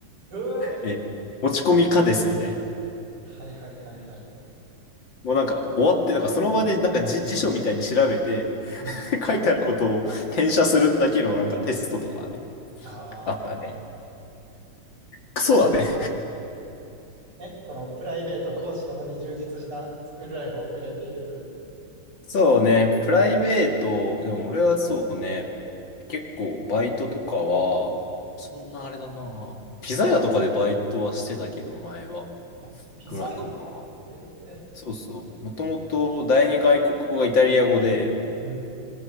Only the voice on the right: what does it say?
うー
はいはいはいはい。
うん。
ああ。
じゃあまあまあ、ね、このプライベート、講師ともに充実したスクールライフを送れているという。
あ、膝屋
ええ
うん。